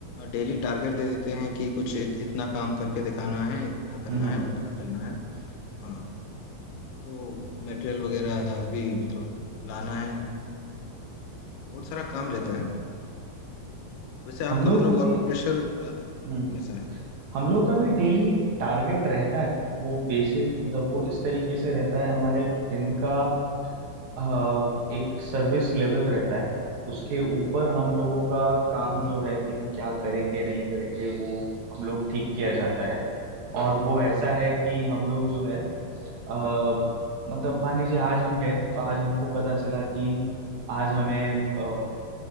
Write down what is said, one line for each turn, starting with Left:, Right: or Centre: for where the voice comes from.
Left: डेली टारगेट दे देते हैं कि कुछ इत, इतना काम करके दिखाना है इतना करना
Right: हम्म हम्म
Left: है
Right: हम्म।
Left: उतना करना है हाँ तो मटेरियल वगैरह भी मतलब लाना है बहुत सारा काम रहता है वैसे आपका
Right: हम लोग
Left: मतलब
Right: का
Left: वर्क
Right: भी
Left: प्रेशर
Right: हम्म
Left: कैसा है
Right: हम लोग का भी डेली टारगेट रहता है वो बेसिस मतलब वो इस तरीके से रहता है हमारे दिन का अ, एक सर्विस लेवल रहता है उसके ऊपर हम लोगों का काम
Left: हाँ
Right: जो है कि हम क्या करेंगे नहीं करेंगे वो हम लोग ठीक किया जाता है और वो ऐसा है कि हम लोग जो है अ, मतलब मान लीजिए आज हम गए तो आज हमको पता चला कि आज हमें अ,